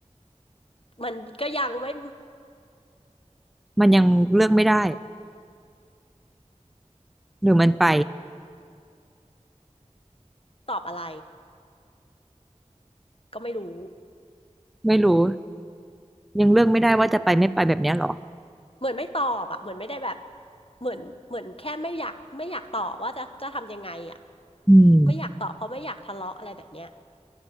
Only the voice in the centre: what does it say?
มันยังเลือกไม่ได้หรือมันไป
ไม่รู้ยังเลือกไม่ได้ว่าจะไปไม่ไปแบบเนี้ยเหรอ
อืม